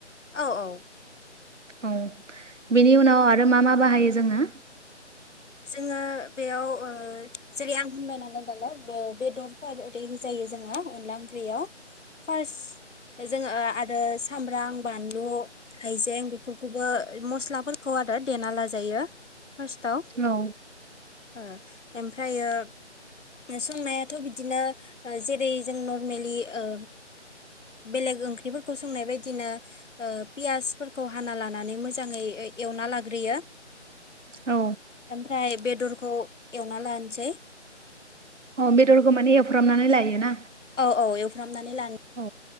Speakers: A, on the left; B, on the right.
A: औ औ।
B: औ बिनि उनाव आरो मा मा बाहायो जोङो?
A: जोङो बेयाव ओ जेरै- आं बुंबाय नालाय दालाय बे बेदर <unintelligible> जोंहा अनला ओंख्रियाव फार्स्ट जोङो ओ आरो सामब्राम बानलु हाइजें बेफोरखौबो मस्लाफोरखौ आरो देना लाजायो फार्स्टाव।
B: औ
A: ओ ओमफ्रायो सोंनायाथ' बिदिनो ओ जेरै जों नरमेलि ओ बेलेग ओंख्रिफोरखौ सोंनाय बायदिनो ओ पियासफोरखौ हाना लानानै मोजाङै एवना लाग्रोयो।
B: औ
A: ओमफ्राय बेदरखौ एवना लानसै।
B: अ बेदरखौ माने एवफ्रामनानै लायो ना?
A: औ-औ एवफ्रामनानै लानो
B: औ